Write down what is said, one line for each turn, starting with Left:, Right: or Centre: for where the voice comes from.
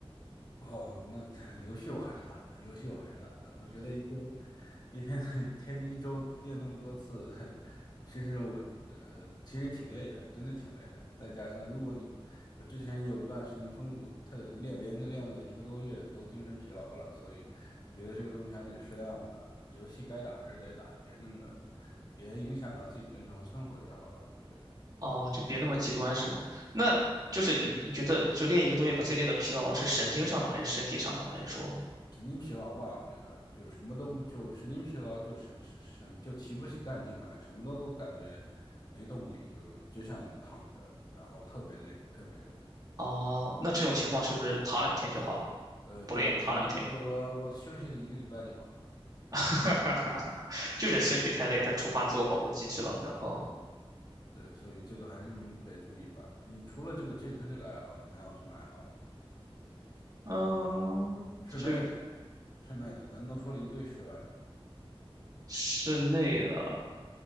Left: 哦，那 <laughs> 游戏我还是打的，游戏我还是打的。我觉得一周一天 <laughs> 天一周练那么多次，<laughs> 其实我呃其实挺累的，真的挺累的。再加上如果你我之前有段时间疯特练连着练了一个多月，都精神疲劳了，所以我觉得这个东西还得适量吧。游戏该打还是得打，别那么别影响到自己正常生活就好了，我觉得。
Right: 哦，就别那么极端是吗？那就是你你觉得就练一个多月把自己练得疲劳了，是神经上的还是身体上的？还是说，
Left: 神经疲劳吧，我觉得就是什么都不就神经疲劳就神神神就提不起干劲来，什么都感觉没动力，就只想躺着，然后特别累，特别累。
Right: 哦，那这种情况是不是躺两天就好了？
Left: 呃，
Right: 不练躺两天，
Left: 对，我躺了，我我我休息了一个礼拜就好了。
Right: <laughs> 就是身体太累，它触发自我保护机制了。然后，
Left: 对，所以这个还是得注意吧。你除了这个健身这个爱好，你还有什么爱好吗？
Right: 嗯，
Left: 室内的，
Right: 就
Left: 室内的，咱都说了一堆室外的了
Right: 室内的，